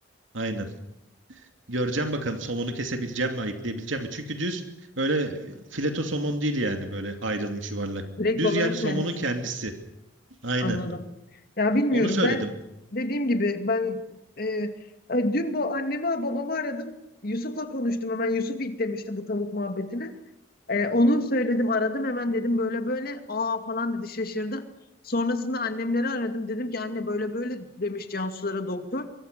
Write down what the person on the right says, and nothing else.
Aynen. Göreceğim bakalım somonu kesebileceğim mi, ayıklayabileceğim mi? Çünkü düz öyle fileto somon değil yani böyle ayrılmış yuvarlak.
Düz
yani
somonun kendisi. Aynen.
Onu söyledim.